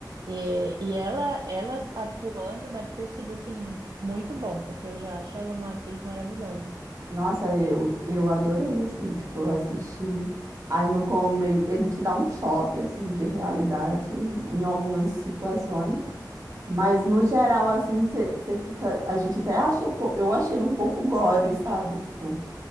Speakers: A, on the right; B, on the right.
A: E, e ela, ela atuando deve ter sido, assim, muito bom, porque eu já acho ela uma atriz maravilhosa.
B: Nossa, eu, eu adorei, assim, tipo, eu assisti. Aí no começo, ele te dá um choque, assim, de realidade em algumas situações, mas no geral, assim, você fica. A gente até acha, um po- eu achei ele um pouco gore, sabe? Tipo,